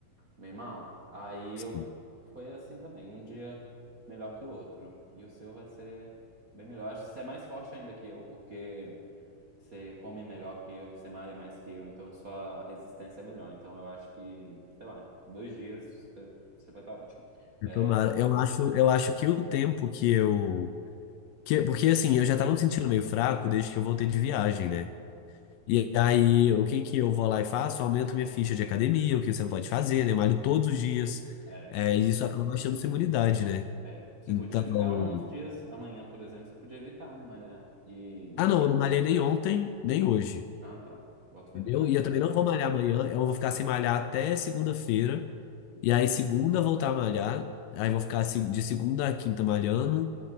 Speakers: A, on the right; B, on the left.
A: bem mal. Aí
B: sim.
A: eu foi assim também, um dia melhor que o outro. E o seu vai ser bem melhor. Acho que você é mais forte ainda que eu, porque você come melhor que eu, você malha mais que eu, então sua resistência é melhor. Então eu acho que, sei lá, em dois dias você, você vai estar ótimo.
B: Eu
A: É,
B: tomara. Eu acho, eu acho que o tempo que eu. Que, porque assim, eu já tava me sentindo meio fraco desde que eu voltei de viagem, né? E aí, o que que eu vou lá e faço? Aumento minha ficha de academia, o que você não pode fazer, né? Malho todos os dias.
A: é,
B: É, e isso acaba baixando sua imunidade, né?
A: é. Você
B: Então.
A: podia ficar uns dias, amanhã, por exemplo, você podia evitar, né, malhar. E
B: Ah, não, eu não malhei nem ontem, nem hoje.
A: Ah, tá. Bota fé.
B: Entendeu?
A: Ah,
B: E eu também
A: tá certo.
B: não vou malhar amanhã, eu vou ficar sem malhar até segunda-feira.
A: Hum.
B: E aí, segunda, eu voltar a malhar. Aí, vou ficar se- de segunda a quinta malhando.